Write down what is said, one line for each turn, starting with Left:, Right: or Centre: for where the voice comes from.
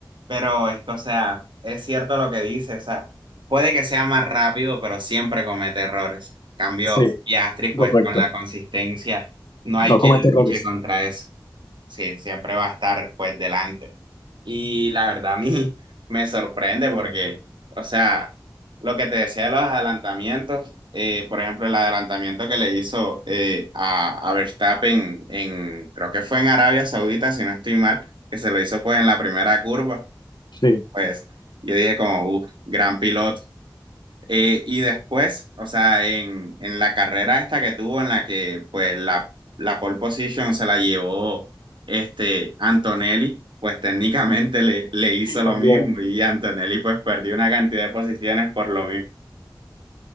Right: Pero es que, o sea, es cierto lo que dice, o sea, puede que sea más rápido, pero siempre comete errores. Cambio
Left: Sí,
Right: Piastri, pues
Left: correcto.
Right: con la consistencia, no hay
Left: No
Right: quien
Left: comete errores.
Right: luche contra eso. Sí, siempre va a estar pues delante. Y la verdad a mí <laughs> me sorprende porque, o sea, lo que te decía de los adelantamientos, eh, por ejemplo, el adelantamiento que le hizo eh, a, a Verstappen en, creo que fue en Arabia Saudita, si no estoy mal, que se lo hizo pues en la primera curva
Left: Sí.
Right: pues yo dije como, uff, gran piloto. Eh, y después, o sea, en, en la carrera esta que tuvo, en la que pues la, la pole position se la llevó este Antonelli, pues técnicamente le, le hizo
Left: Sí,
Right: lo
Left: también.
Right: mismo y Antonelli pues perdió una cantidad de posiciones por lo mismo.